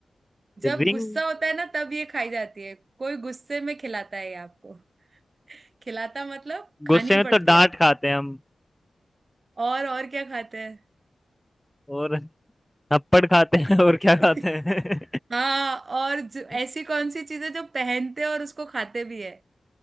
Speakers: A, on the right; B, in the centre.
A: जब
B: रिंग
A: गुस्सा होता है ना तब ये खाई जाती है कोई गुस्से में खिलाता है ये आपको खिलाता मतलब खानी
B: गुस्से में
A: पड़ती
B: तो डांट
A: है आपको
B: खाते हैं हम
A: और और क्या खाते हैं
B: और थप्पड़ खाते हैं और क्या
A: <laughs>
B: खाते हैं
A: हाँ और जो, ऐसी
B: <laughs>
A: कौन सी चीज है जो पहनते हैं और उसको खाते भी है